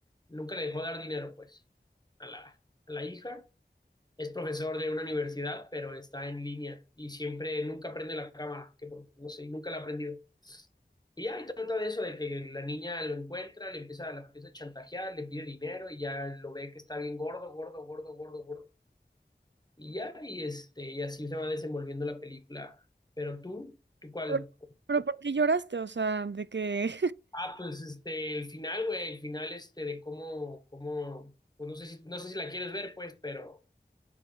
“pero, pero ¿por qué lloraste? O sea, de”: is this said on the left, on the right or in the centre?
Right